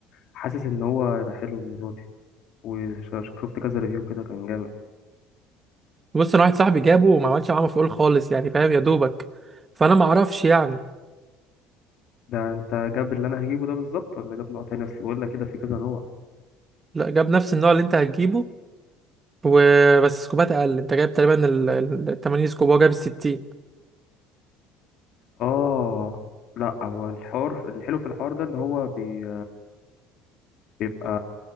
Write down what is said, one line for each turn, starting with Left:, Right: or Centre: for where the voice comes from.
Left: حاسس ان هو هيبقى حلو المره دي وشفت كذا ريفيو كده كان جامد
Right: بص انا واحد صاحبي جابه وما عملش معاه مفعول خالص يعني فاهم يا دوبك فانا ما اعرفش يعني
Left: ده انت جاب اللي انا هجيبه ده بالظبط ولا جاب نوع تاني اصل بقول لك كده في كذا نوع
Right: لا جاب نفس النوع اللي انت هتجيبه وبس سكوبات اقل انت جايب تقريبا ال ال- ال- 80 سكوب وهو جايب ال 60
Left: اه لا هو الحوار الحلو في الحوار ده ان هو بي... بيبقى